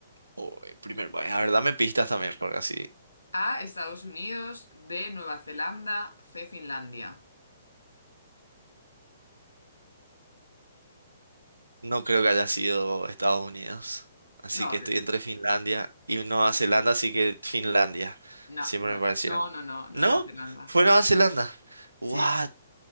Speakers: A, on the right; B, on the left.
A: uy, primer país. A ver, dame pistas también, porque así
B: A, Estados Unidos, B, Nueva Zelanda, C, Finlandia.
A: no creo que haya sido Estados Unidos. Así
B: No,
A: que estoy
B: de-
A: entre Finlandia y Nueva Zelanda, así que Finlandia.
B: no,
A: Siempre
B: no,
A: me parecieron.
B: no, no, no, Nueva
A: ¿No?
B: Zelanda.
A: Fue Nueva Zelanda. What?
B: Sí.